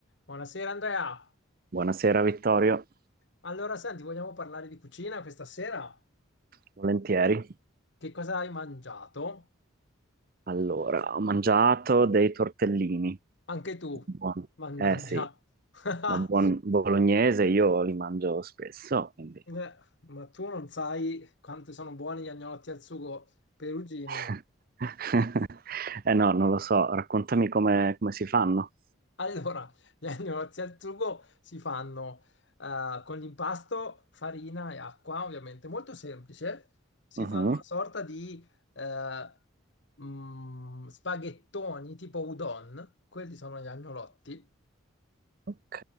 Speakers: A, on the left (about 55°); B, on the right (about 45°).
A: Buonasera Andrea.
B: Buonasera Vittorio,
A: Allora, senti, vogliamo parlare di cucina questa sera?
B: volentieri.
A: Che cosa hai mangiato?
B: Allora, ho mangiato dei tortellini.
A: Anche tu,
B: Buoni.
A: mannaggia.
B: Eh sì,
A: <laughs>
B: da buon bolognese io li mangio spesso, quindi...
A: Eh, ma tu non sai quanto sono buoni gli agnolotti al sugo perugini.
B: <laughs> Eh no, non lo so, raccontami come, come si fanno.
A: Allora, gli <laughs> agnolotti al sugo si fanno eh, con l'impasto, farina e acqua, ovviamente, molto semplice. Si
B: Mhm.
A: fanno una sorta di eh, mm, spaghettoni tipo udon, quelli sono gli agnolotti
B: Ok,